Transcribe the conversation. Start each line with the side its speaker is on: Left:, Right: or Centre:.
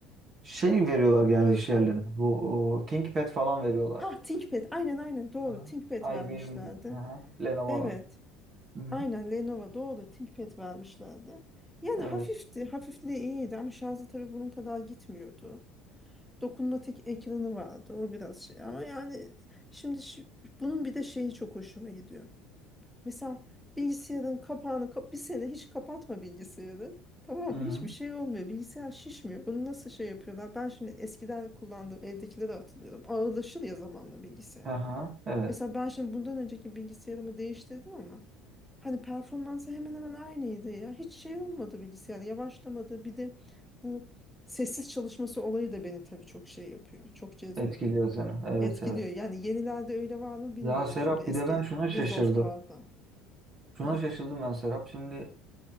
Right: Şey veriyorlar genelde
Centre: Pa
Right: iş yerlerine. Bu o, ThinkPad falan veriyorlar.
Centre: ha ThinkPad. Aynen aynen doğru.
Right: Aha.
Centre: ThinkPad vermişlerdi.
Right: IBM'in, aha, Lenovo'nun.
Centre: Evet.
Right: Hı hı.
Centre: Aynen Lenovo doğru. ThinkPad vermişlerdi. Yani
Right: Evet.
Centre: hafifti. Hafifliği iyiydi ama şarjı tabii bunun kadar gitmiyordu. dokunmatik ekranı vardı. O biraz şey ama yani şimdi şi- bunun bir de şeyi çok hoşuma gidiyor. Mesela bilgisayarın kapağını kap bir sene hiç kapatma bilgisayarı. Tamam
Right: Hı hı.
Centre: mı? Hiçbir şey olmuyor. Bilgisayar şişmiyor. Bunu nasıl şey yapıyorlar? Ben şimdi eskiden kullandığım evdekileri hatırlıyorum. Ağırlaşır ya zamanla bilgisayar.
Right: Aha, evet.
Centre: Mesela ben şimdi bundan önceki bilgisayarımı değiştirdim ama hani performansı hemen hemen aynıydı ya. Hiç şey olmadı bilgisayar yavaşlamadı. Bir de bu sessiz çalışması olayı da beni tabii çok şey yapıyor. Çok cezbediyor.
Right: Etkiliyor seni. Evet,
Centre: Etkiliyor.
Right: evet.
Centre: Yani yenilerde öyle var mı bilmiyorum
Right: Ya Serap
Centre: şimdi eski
Right: bir de ben şuna
Centre: Windows'larda.
Right: şaşırdım. Şuna
Centre: Hı.
Right: şaşırdım ben Serap. Şimdi